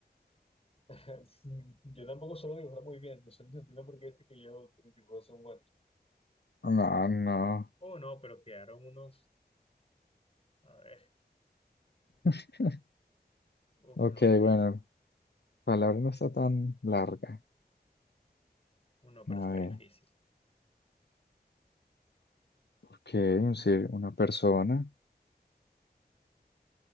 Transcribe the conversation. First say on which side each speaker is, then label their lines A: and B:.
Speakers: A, on the left; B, on the left.
A: <laughs> Yo tampoco suelo dibujar muy bien, no sé, no entiendo por qué este que yo, que mis dibujos son buenos.
B: No, no.
A: Oh, no, pero quedaron unos. A ver.
B: <laughs>
A: Uf,
B: Ok,
A: no, que.
B: bueno. Palabra no está tan larga.
A: Uno, pero
B: A
A: está
B: ver.
A: difícil.
B: Ok, sí, una persona.